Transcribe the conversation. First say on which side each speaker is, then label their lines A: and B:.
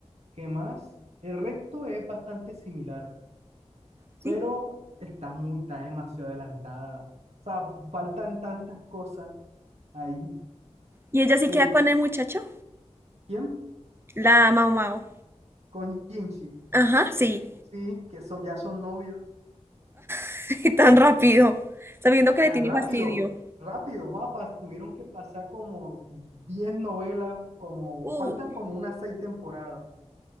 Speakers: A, on the right; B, on the right.
A: ¿Qué más? El resto es bastante similar,
B: sí.
A: pero está muy, está demasiado adelantada. O sea, fa- faltan tantas cosas ahí
B: Y ella sí
A: que
B: queda
A: el-
B: con el muchacho,
A: ¿quién?
B: la Mao Mao.
A: Con Jinchi,
B: Ajá, sí.
A: sí, que son, ya son novios.
B: <laughs> Tan rápido, sabiendo que
A: Vean,
B: le tiene
A: rápido,
B: fastidio.
A: rápido, papas, tuvieron que pasar como 10 novelas, como,
B: Uy.
A: faltan como unas 6 temporadas,